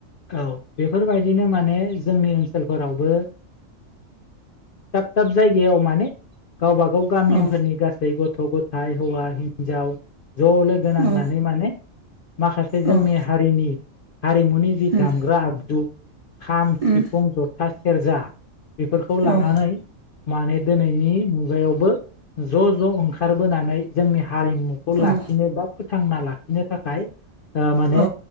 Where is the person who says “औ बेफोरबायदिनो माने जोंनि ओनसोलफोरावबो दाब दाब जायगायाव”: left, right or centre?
Left